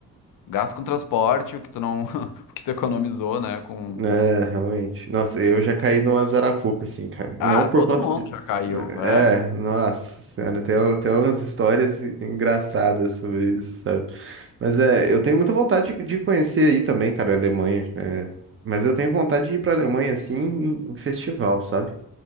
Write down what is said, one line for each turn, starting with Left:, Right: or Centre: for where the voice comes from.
Left: gasta com transporte, o que tu não, <laughs> o que tu economizou, né, com...
Right: É, realmente. Nossa, eu já caí numa Zarapuca, assim, cara. Não
Left: Ah,
Right: por
Left: todo
Right: conta
Left: mundo
Right: de.
Left: já caiu,
Right: É,
Left: é.
Right: nossa senhora, tem, tem umas histórias engraçadas sobre isso, sabe? Mas é, eu tenho muita vontade de de conhecer aí também, cara, a Alemanha. é. mas eu tenho vontade de ir pra Alemanha, assim, em, em festival, sabe?